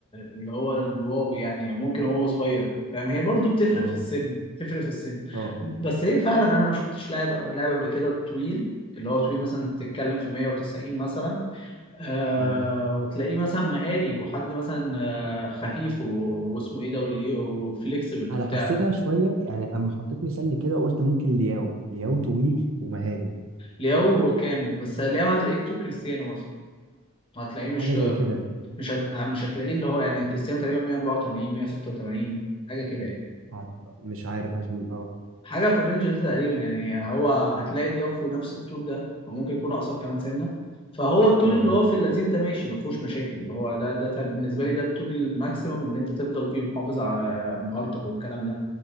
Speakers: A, on the left (about 25°); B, on the right (about 65°).
A: اللي هو الواو يعني ممكن هو صغير فاهم هي برضو بتفرق
B: اه
A: في السن بتفرق في السن
B: اه
A: بس هي فعلا انا ما شفتش لاعب لاعب قبل كده طويل اللي هو طويل مثلا تتكلم في 190 مثلا آه
B: اه
A: وتلاقيه مثلا مهاري وحد مثلا آه خفيف و- واسمه ايه ده واللي وفليكسبل
B: انا
A: وبتاع
B: حسيتها شويه يعني اما حطيت مثال كده قلت ممكن لياو لياو طويل ومهاري
A: لياو كام بس لياو هتلاقيه في طول كريستيانو مثلا هتلاقيه
B: حاجه
A: مش
B: زي كده
A: مش هت... مش هتلاقيه اللي هو يعني كريستيانو تقريبا 184 186 حاجه كده يعني
B: أعت- مش عارف عشان اه
A: فحاجه في الرينج ده تقريبا يعني هو هتلاقي لياو في نفس الطول ده او ممكن يكون اقصر كمان سنه فهو الطول
B: اه
A: اللي هو في اللذيذ ده ماشي ما فيهوش مشاكل اللي هو ده ده ت- بالنسبه لي ده الطول الماكسيمم ان انت تفضل فيه محافظ على مهارتك والكلام ده